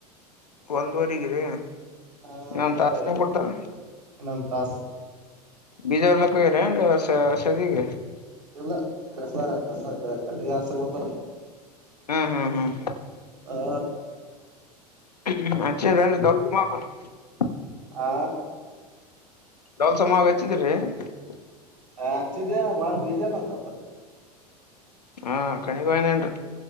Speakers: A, on the left; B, on the right.
A: ಒಂದುವರಿಗ್ರಿ
B: ಹಾ
A: ಇನ್ನೊಂದ್
B: ಬಿಡ್ತಾರೆ
A: ತಾಸ್ನಾಗ್ ಬಿಡ್ತಾರ
B: ಇನ್ನೊಂದ ತಾಸ
A: ಬೀಜಾ ಒಲಕ್ಕ ರ ಸದಗೆ
B: ಇಲ್ಲ ಕರ್ಸ ಕಸ ಕಟ್ಟಗೆ ಯಾರ್ಸಾಕ ಬರ್ತರೆ
A: ಹ್ಮ್ ಹ್ಮ್ ಹ್ಮ್
B: ಹಾ
A: <unintelligible>
B: ಆ
A: <unintelligible>
B: ಹ ಅಚ್ಚಿದೆ ಬಳ ಭೀಜೆ ನತ
A: ಹಾ ಕಣಿಗ್ ಹಯನೇಏನ್ರಿ